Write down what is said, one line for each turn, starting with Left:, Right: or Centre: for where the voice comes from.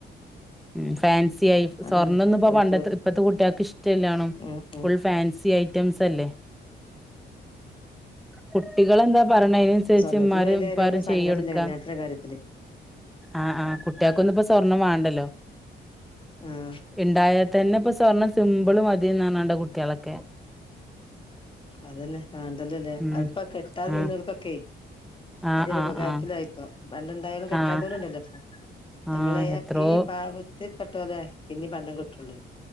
Centre: ഉം ഫേൻസ് ഈ ഐഫ്
Left: അതന്നെ
Centre: സ്വർണാന്നും ഇപ്പം
Left: ഓര്ക്ക്
Centre: പണ്ടത്തെ ഇപ്പത്തെ കുട്ട്യേക്ക് ഇഷ്ട്ടയില്ലാണും
Left: ഉം ഉം
Centre: ഫുൾ ഫാൻസി ആയി മൻസ്സല്ലേ കുട്ടികളെന്താ പറെഞ്ഞ അയ്നൻസരിച്ച്
Left: സ്വർണ്ണത്തിന്
Centre: ഇമ്മാരും
Left: വിലയേറിയത്
Centre: ഇപ്പാരും ചെയ്തുകെടുക്ക
Left: സങ്കടല്ലേ കല്യാണത്തിന്റെ കാര്യത്തില്
Centre: ആഹ് ആഹ് കുട്ട്യേ വന്നപ്പോ സാർ ഒന്നും മാണ്ടൊല്ലൊ
Left: ആഹ്
Centre: ഇണ്ടായാൽ ഇതെനെ പ്പൊ സ്വർണം സിമ്പിള മതിന്നാണ് കുട്ടികളൊക്കെ
Left: അതന്നെ വേണ്ടല്ലല്ലേ
Centre: ഉം
Left: അതിപ്പോ കെട്ടാതെ നിന്നവർക്കൊക്കെ
Centre: ആഹ് ആഹ്
Left: അതൊരു
Centre: ആഹ്
Left: ഉപകാരത്തിലായി
Centre: ആഹ്
Left: ഇപ്പൊ പണ്ടെന്തായാലും കെട്ടാത്തവർ
Centre: ആഹ്
Left: ഉണ്ടല്ലോ ഇപ്പൊ
Centre: ആഹ്
Left: നമ്മളെ
Centre: എത്രോ
Left: ഈ പാവ പെട്ടോല്ലെ പിന്നെ പണ്ടം കിട്ടൂ ളു